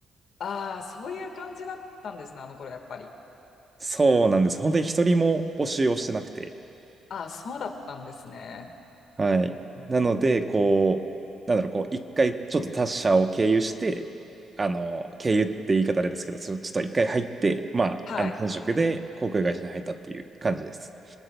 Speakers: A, on the left; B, on the right.
A: ああ、そういう感じだったんですね、あの頃やっぱり。
B: そうなんです。本当に一人も募集をしてなくて。
A: ああ、そうだったんですね。
B: はい。なので、こう、なんだろう、こう、一回ちょっと他社を経由して、あの、経由って言い方あれですけど、そのちょっと一回入って、まあ、
A: はい。
B: あの、転職で航空会社に入ったっていう感じです。